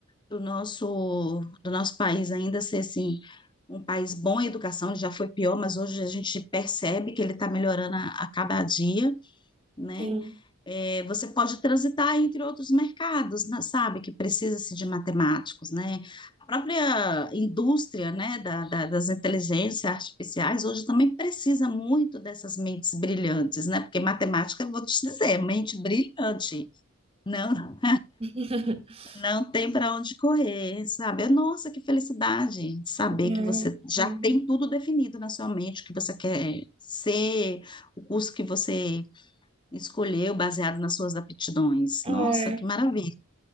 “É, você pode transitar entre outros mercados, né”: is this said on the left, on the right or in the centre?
Left